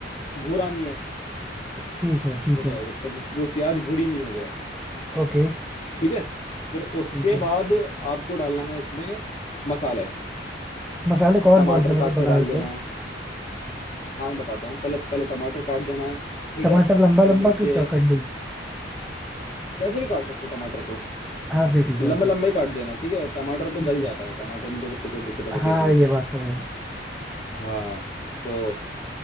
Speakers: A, on the left; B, in the centre.
A: भूरा नहीं
B: ठीक है ठीक
A: हो
B: है
A: जाए जब तक वो प्याज भूरी नहीं हो जाए
B: ओके
A: ठीक है फिर उसके
B: ठीक है
A: बाद आपको डालना है उसमें मसाले
B: मसाले कौन
A: टमाटर
B: कौन से मतलब
A: काट के
B: बता
A: डाल
B: देते
A: देना
B: हैं
A: है, हाँ मैं बताता हूँ पहले पहले टमाटर काट देना है ठीक
B: टमाटर
A: है
B: लंबा
A: फिर
B: लंबा
A: मिर्चे
B: कि चौकंडी
A: कैसे भी काट सकते हो टमाटर को
B: हाँ फिर ठीक है
A: लंबा
B: ओके
A: लंबा ही काट देना ठीक है टमाटर तो
B: ठीक
A: गल
B: है
A: जाता है टमाटर में तो कितनी कोई दिक्कत होती
B: हाँ
A: ही नहीं
B: ये
A: है
B: बात तो है
A: हाँ तो